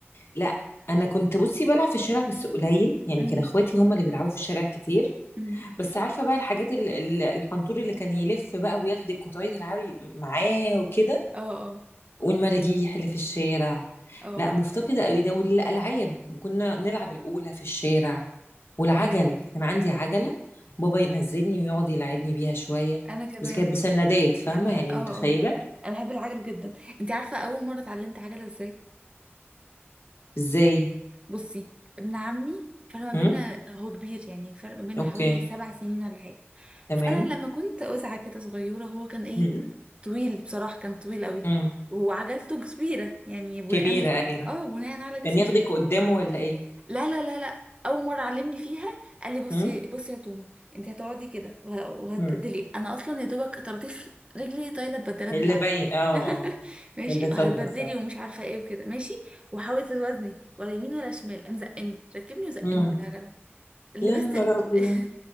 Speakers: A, on the left; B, on the right.
A: لا انا كنت بصي بلعب في الشارع بس قليل يعني
B: أمم،
A: كان اخواتي هم اللي بيلعبوا في الشارع كتير
B: أمم.
A: بس عارفه بقى الحاجات ال- ال- الحنطور اللي كان يلف بقى وياخدك وتقعدي تلعبي معاه وكده
B: اه اه
A: والمراجيح اللي في الشارع
B: اه
A: لا مفتقده قوي ده والالعاب كنا نلعب الاولى في الشارع والعجل
B: اوكي
A: كان عندي عجله بابا ينزلني ويقعد يلعبني بيها شويه
B: انا كمان
A: بس كانت بسندات فاهمه
B: انا بحب
A: يعني
B: اه
A: متخيله
B: اه انا بحب العجل جدا انت عارفه اول مره اتعلمت عجله ازاي
A: ازاي
B: بصي ابن عمي فرق ما بيننا
A: امم
B: هو كبير يعني فرق ما بيننا
A: اوكي
B: حوالي سبع سنين ولا حاجه
A: تمام
B: فانا لما كنت أزعة كده صغيره هو كان ايه
A: امم
B: طويل بصراحه كان طويل قوي
A: أمم.
B: وعجلته كبيره يعني بناء
A: كبيره أيوة.
B: اه بناء على جسمه
A: كان ياخدك قدامه ولا ايه
B: لا لا لا لا اول مره علمني فيها قال لي بصي
A: هم؟
B: بصي يا تومه انت هتقعدي كده وه- وهتبدلي
A: هم.
B: انا اصلا يا دوبك طراطيف رجلي طايله ببدلات
A: اللي
B: بالعافيه
A: باين اه
B: <laughs>
A: اه
B: ماشي
A: اللي صاير
B: وهتبدلي
A: فعلا
B: ومش عارفه ايه وكده ماشي وحاولي توازني ولا يمين ولا شمال قام زقني ركبني وزقني
A: هم.
B: بالعجله لبست
A: يا نهار ابيض
B: <laughs>